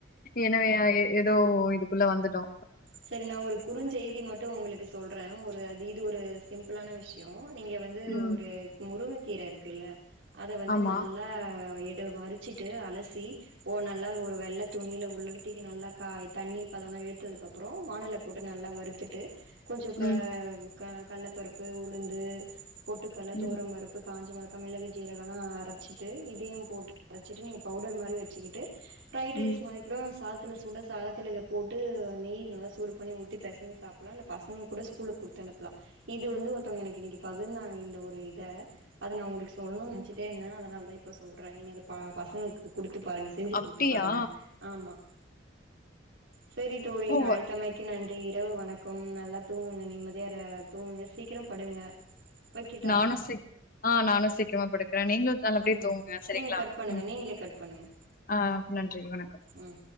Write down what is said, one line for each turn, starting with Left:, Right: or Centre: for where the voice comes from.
Left: எனவே எதோ இதுக்குள்ள வந்துட்டோ
Right: சேரி நா ஒரு குறுஞ்செய்தி ம ட்டு உங்ளுக்கு சொல்றன் ஒரு திது ஒரு சிம்பிளான விஷ்யோ நீங்க வந்து
Left: ம்
Right: ஒரு முருங்கை கீர இருக்குல்ல அத வந்து
Left: ஆமா
Right: நல்லா எடு வறிச்சிட்டு அலசி ஓ நல்லா ஒரு வெள்ள துணில உலர்த்திக்கு நல்லா காய் தண்ணிப் பதெல்லா இழுத்ததுக்கு அப் அப்றோ வாணல்ல போட்டு நல்லா வறுத்துட்டு கொஞ்சொ க
Left: ம்
Right: க கல்லப்பருப்பு உளுந்து பொட்டுக்கல்ல
Left: ம்
Right: தொவர பருப் ப்பு காஞ்ச மொளகா மிளகு சீரகல்லா அரச்சிட்டு இதையு போட்டு அரச்சிட்டு நீங்க பவுடர் மாரி வச்சிக்கிட்டு ஃப்ரைட் ரைஸ்
Left: ம்
Right: மாரி கூட சாதத்துல சூட சாதத்தில இத போட்டு நெய் நல்லா சூடு பன்ணி ஊத்தி பெசைங்க சாப்புலா இல்ல பசங்க கூட ஸ்கூலுக் குடுத்து அனுப்பலா இது வந்து ஒருத்தவ்ங்க எனக்கு இன்னிக்கு பகிர்ந்தாங்க இந்த ஒரு இத அத நா உங்களுக்கு சொல்ணுன் நெனச்சுட்டே இருந்தே அதனால தா இப்ப சொல்றே நீங்க அத ப பசங்களுக்கு குடுத்து பாருங்க செஞ்சு
Left: அப்டியா
Right: குடுத்து பாருங்க ஆமா செரி தோழி
Left: ஓ
Right: அழைத் தமைக்கு நன்றி இரவு வணக்கம் நல்லா தூங்குங்க நிம்மதியா தூங்குங்க சீக்கிரம் படுங்க வைக்கட்டா
Left: நானு சிக் ஆ நானு சீக்கரமா படுக்க நீங்க நல்லபடியா
Right: ம்
Left: தூங்குங்க சரிங்களா
Right: நீங்க கட் பண்ணுங்க
Left: ம்
Right: நீங்களே கட் பண்ணுங்க
Left: ஆ நன்றி வணக்கம்
Right: ம்